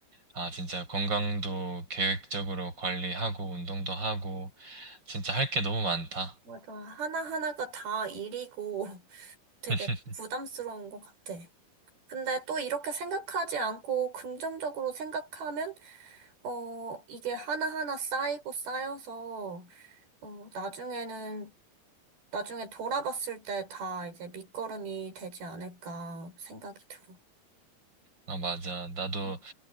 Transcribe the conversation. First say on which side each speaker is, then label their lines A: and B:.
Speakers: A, on the right; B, on the right.
A: 아, 진짜 건강도 계획적으로 관리하고, 운동도 하고, 진짜 할 게 너무 많다.
B: 맞아. 하나하나가 다 일이고 <laughs> 되게
A: <laughs>
B: 부담스러운 것 같아. 근데 또 이렇게 생각하지 않고 긍정적으로 생각하면, 어, 이게 하나하나 쌓이고 쌓여서, 어, 나중에는, 나중에 돌아봤을 때 다 이제 밑거름이 되지 않을까 생각이 들어.
A: 아, 맞아. 나도
B: 음,